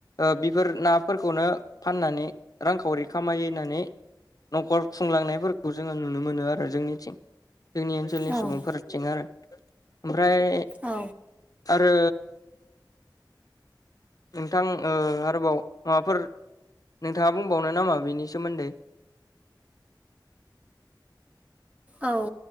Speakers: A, on the left; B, on the right.
A: ओ बिफोर नाफोरखौनो फाननानै रांखावरि खामायोनानै। नखर खुंलांनायफोरखौ जोङो नुनो मोनो आरो जोंनिखै जोंनि ओनसोलनि
B: औ
A: सुबुंफोरा थिं आरो ओमफ्राय।
B: औ।
A: आरो। नोंथां ओ आरोबाव माबाफोर नोंथाङा बुंबावनो नामा बेनि सोमोन्दै।
B: औ